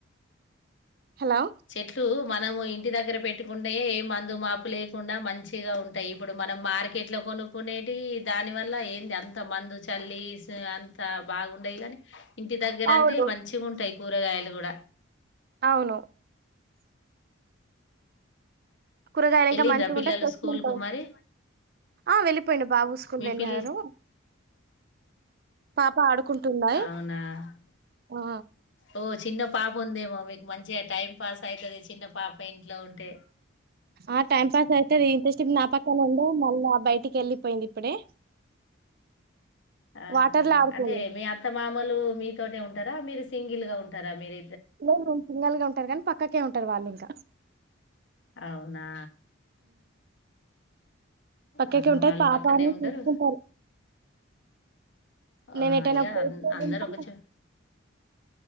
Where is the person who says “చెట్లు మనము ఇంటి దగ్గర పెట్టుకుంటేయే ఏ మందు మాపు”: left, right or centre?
Left